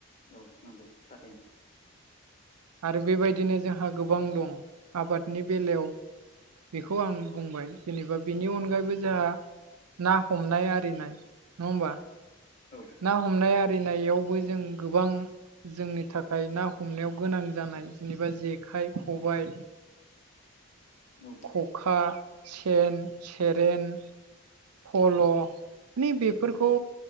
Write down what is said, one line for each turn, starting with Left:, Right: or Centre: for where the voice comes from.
Left: औ नंांगौ थारैनि
Right: आरो बेबायदिनो जोंहा गोबां दं आबादनि बेलायाव बेखौ आं बुंबाय जेनेबा बेनि अनगायैबो जोंहा ना हमनाय आरिनाय नङा हबा
Left: औ
Right: ना हमनाय आरिनायावबो जों गोबां जोंनि थाखाय ना हमनायाव गोनां जानाय जेनेबा जेखाइ खबाय
Left: औ
Right: ख अखा सेन सेरेन फल' माने बेफोरखौ